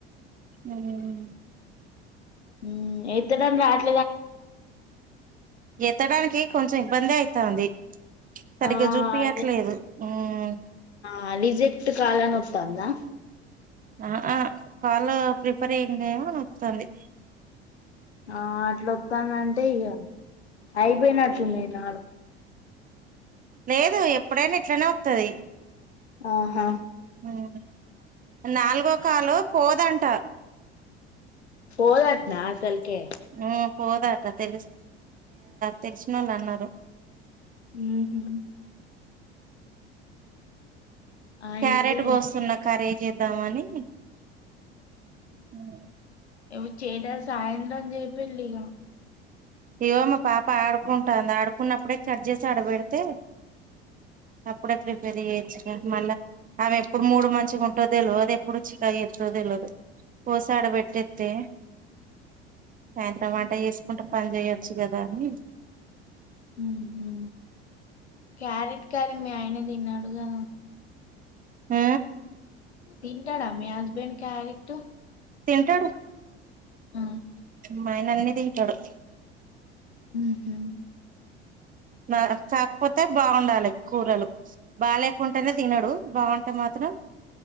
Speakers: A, on the right; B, on the left.
A: హమ్
B: హమ్ ఏం తిన్నారు రాత్రి
A: ఎత్తడానికి కొంచెం ఇబ్బంది అయితాంది సరిగ్గా
B: ఆ
A: చూపియట్లేదు
B: అదే
A: హ్మ్మ్
B: ఆ రిజెక్ట్ కాల్ అని వస్తుందా
A: ఆ ఆ కాలు ప్రిపేర్ అయ్యంగా ఏమ వస్తుంది
B: ఆ హా లోత్త దంతే ఇగ అయిపోయినట్టు ఉంది నా
A: లేదు ఎప్పుడైనా ఇట్లనే వత్తది
B: ఆహా
A: హ్మ్మ్ నాల్గవ కాల్ లో పోదంట
B: పోదాట్న అసలకి
A: ఆమ్ పోదంట తెలుసు తెలిసిన వాళ్ళు అన్నారు
B: ఉహూ అయితే
A: క్యారెట్ కోస్తున్న కర్రీకి చేద్దామని ఆమ్
B: ఇ చేద సాయంత్రం చెప్యుండ్లి ఇగ
A: ఏమో మా పాప ఆడుకుంటుంది ఆడుకున్నప్పుడే కట్ చేసి ఆడబెడితే అప్పుడే ప్రిపేర్ చేయొచ్చుగా మళ్ళా ఆమె ఎప్పుడు మూడు మంచిగుంటదో తెలవదు ఎప్పుడు చికాఎత్తదో తేల్వదు కోస్ తాడ పెట్టేత్తే అద <unintelligible> టమాటా చేసుకుంట పని చేయొచ్చు కదా అని
B: హుహు. క్యారెట్ కర్రీ మీ ఆయనే తిన్న అలో
A: ఊ
B: తింటాడ మీ హస్బెండ్ క్యారెట్టు
A: తింటడు.
B: ఆ
A: మా ఆయన అన్నీ తింటడు.
B: ఊహు
A: నచ్చక పోత్ అయితే బాగుండాలి కూరలు బాలేకుంటేనే తినడు బాగుంటే మాత్రం